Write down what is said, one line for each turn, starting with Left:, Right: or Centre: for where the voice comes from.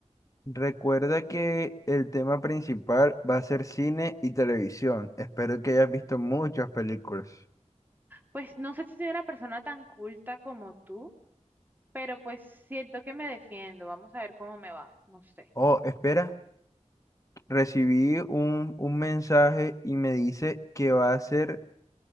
Left: Recuerda que el tema principal va a ser cine y televisión. Espero que hayas visto muchas películas.
Right: Pues no sé si soy una persona tan culta como tú, pero pues siento que me defiendo. Vamos a ver cómo me va, no sé.
Left: Oh, espera, recibí un, un mensaje y me dice que va a ser,